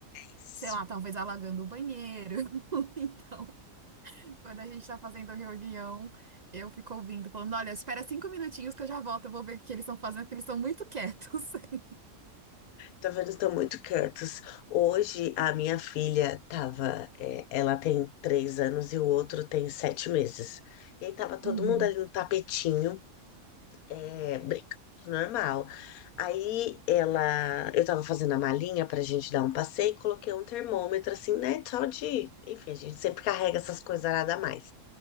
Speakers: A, on the left; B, on the right.
A: isso.
B: sei lá, talvez alagando o banheiro. <laughs> Então, quando a gente está fazendo a reunião, eu fico ouvindo, falando, olha, espera cinco minutinhos que eu já volto, eu vou ver o que eles estão fazendo, porque eles estão muito quietos. <laughs>
A: Tá vendo? Estão muito quietos. Hoje, a minha filha tava. é, ela tem três anos e o outro tem sete meses. E aí tava todo
B: Uhum,
A: mundo ali no tapetinho, é, brincando, normal. Aí ela. Eu tava fazendo a malinha pra gente dar um passeio e coloquei um termômetro assim, né? Só de. Enfim, a gente sempre carrega essas coisas nada mais.